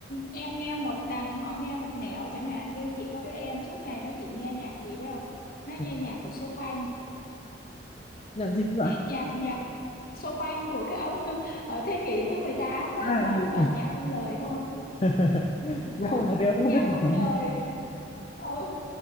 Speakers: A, on the left (about 50°); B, on the left (about 30°).
A: em nghe một đằng họ nghe một nẻo chẳng hạn như chị có đứa em suốt ngày nó chỉ nghe nhạc gì biết không nó
B: nhạc,
A: nghe nhạc của Chopin
B: nhạc gì nữa
A: nhạc nhạc Chopin của cái ông <laughs> ở thế kỷ thứ 18 á,
B: à,
A: mà
B: Người
A: toàn nhạc không lời không à
B: <laughs> nếu
A: ờ,
B: không nói thì em cũng không
A: nhạc
B: biết cuộc
A: không
B: sống
A: lời ừ